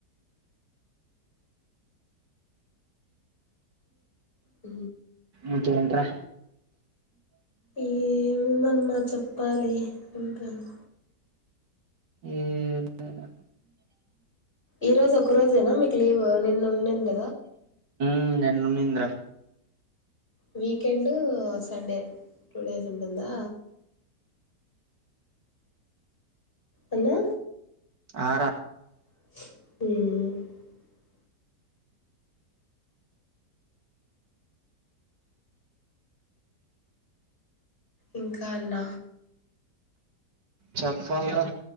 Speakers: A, on the left; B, on the right.
A: ఉ
B: ఇంకెం ట్ర
A: ఇగ ఏముందన్న చెప్పాలి <unintelligible>
B: ఏం లేదురా
A: ఈ రోజు ఒక రోజేనా మీకు లీవ్ నిన్న ఉండింద
B: ఉ నిన్న ఉన్నింది ర
A: వీకెండు సండే టూ డేస్ ఉంటుందా అన్నా
B: ఆర
A: ఉమ్ ఇంకా అన్న
B: చెప్పాలిరా